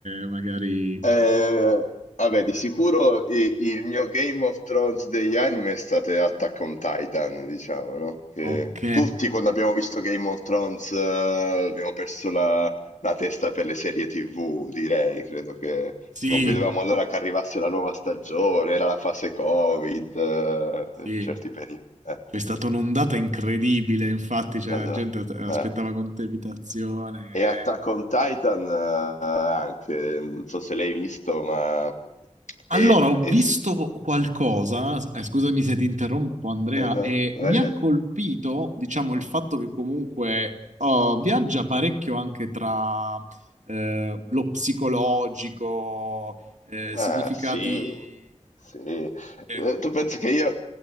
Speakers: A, on the right; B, on the left.
A: magari...
B: Eh,
A: Senti.
B: vabbè, di sicuro i- il mio Game of Thrones degli anime è stato Attack on Titan, diciamo, no? Che
A: Ok.
B: tutti quando abbiamo visto Game of Thrones eh, abbiamo perso la, la testa per le serie TV, direi. Credo che
A: Sì,
B: non vedevamo l'ora che arrivasse la nuova stagione, era la fase Covid, eh, per
A: sì.
B: certi periodi. Eh,
A: C'è stata un'ondata incredibile, infatti, cioè,
B: vado,
A: la gente at- aspettava
B: eh.
A: con tepitazione.
B: E Attack on Titan eh, anche, non so se l'hai visto, ma
A: Allora,
B: è,
A: ho
B: è
A: visto qualcosa, eh, scusami se ti interrompo, Andrea,
B: No, no,
A: e
B: vai,
A: mi ha
B: vai.
A: colpito, diciamo, il fatto che comunque oh, viaggia parecchio anche tra eh, lo psicologico, eh,
B: Ah,
A: significati
B: sì, sì. Eh,
A: eh,
B: tu pensi che io,